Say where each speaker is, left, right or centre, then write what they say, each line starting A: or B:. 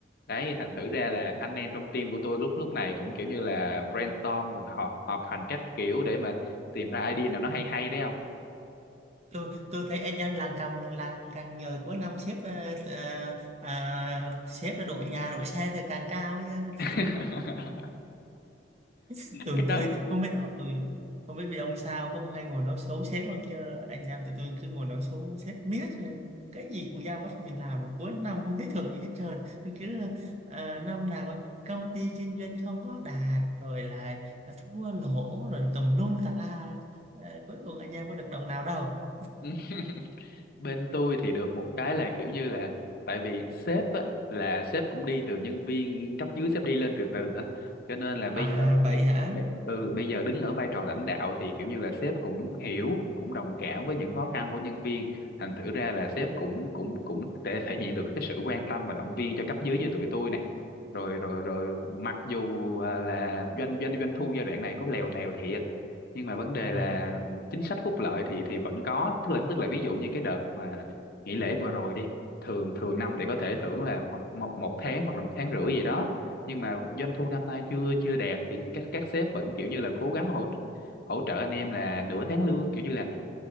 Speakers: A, on the left; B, on the right.
A: đấy thành thử ra là anh em trong team của tôi lúc lúc này cũng kiểu như là brainstorm rồi họ họp hành các kiểu để mà tìm ra idea nào nó hay hay đấy không
B: tôi tôi thấy anh em làm càng làm càng nhờ cuối năm xếp ờ, ờ, ờ, sếp là đội nhà đội xe thì càng cao nha
A: <laughs>
B: <laughs> tụi
A: cái đó
B: tôi không biết ờ, tụi không biết vì ông sao cũng hay ngồi nói xấu sếp hơn chứ anh em tụi tôi cứ ngồi nói xấu sếp miết rồi. cái gì cũng giao bắt mình làm rồi cuối năm không thấy thưởng gì hết trơn <laughs> cứ ờ, năm nào coi, công ty kinh doanh không có đạt rồi lại à, thua lỗ rồi tùm lum tà la Ờ, cuối cùng anh em có được đồng nào đâu
A: ừ. bên tôi thì được một cái là kiểu như là tại vì sếp á, là sếp cũng đi từ nhân viên cấp dưới sếp đi lên từ từ á cho nên là bây
B: à
A: giờ
B: vậy
A: bây,
B: hả
A: bây, ừ bây giờ đứng ở vai trò lãnh đạo thì kiểu như là sếp cũng hiểu cũng đồng cảm với những khó khăn của nhân viên thành thử ra là sếp cũng cũng cũng thể thể hiện được cái sự quan tâm và động viên cho cấp dưới như tụi tôi này rồi rồi rồi mặc dù à, là doanh doanh doanh thu giai đoạn này có lèo tèo thiệt nhưng mà vấn đề
B: ừ
A: là chính sách phúc lợi thì thì vẫn có tức là tức là ví dụ như cái đợt mà nghỉ lễ vừa rồi đi thường thường năm thì có thể thưởng là hoặc- một một tháng hoặc là một tháng rưỡi gì đó nhưng mà doanh thu năm nay chưa chưa đạt thì các các sếp vẫn kiểu như là cố gắng hỗ hỗ trợ anh em là nửa tháng lương kiểu như là